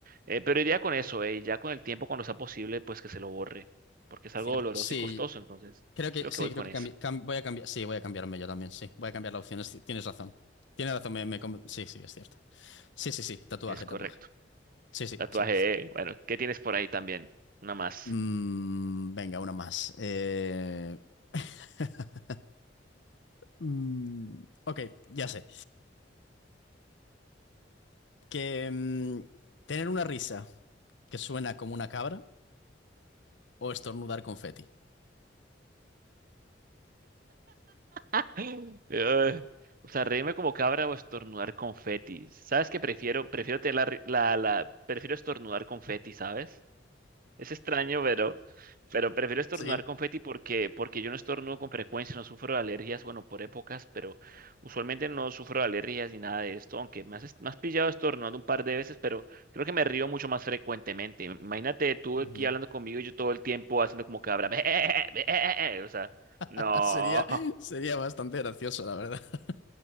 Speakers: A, on the right (about 50°); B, on the left (about 85°).
A: Eh, pero iría con eso, eh, y ya con el tiempo, cuando sea posible, pues que se lo borre. Porque es
B: Cierto.
A: algo doloroso
B: Sí,
A: y costoso, entonces
B: creo que
A: creo
B: sí,
A: que voy
B: creo
A: con
B: que
A: eso.
B: cambi- cam- voy a cambiar. Sí, voy a cambiarme yo también, sí. Voy a cambiar la opción. es- Tienes razón. Tienes razón, me, me con- sí, sí, es cierto. Sí, sí, sí, tatuaje,
A: Es correcto.
B: tatuaje. Sí, sí,
A: Tatuaje,
B: sí.
A: eh, Bueno, ¿qué tienes por ahí también? Una más.
B: Mm, venga, una más. Eh, <laughs> mm, ok, ya sé. Que mm, tener una risa que suena como una cabra o estornudar confeti.
A: Ugh. O sea, reírme como cabra o estornudar confeti. ¿Sabes qué prefiero? Prefiero tener la, ri- la, la- prefiero estornudar confeti, ¿sabes? Es extraño, pero, pero prefiero estornudar
B: Sí.
A: confeti porque, porque yo no estornudo con frecuencia, no sufro de alergias, bueno, por épocas, pero usualmente no sufro de alergias ni nada de esto, aunque me has, est- me has pillado estornudando un par de veces, pero creo que me río mucho más frecuentemente. Imagínate tú
B: Ujú.
A: aquí hablando conmigo y yo todo el tiempo haciendo como cabra. <laughs> O sea, no.
B: <laughs> Sería, sería bastante gracioso, la verdad. <laughs>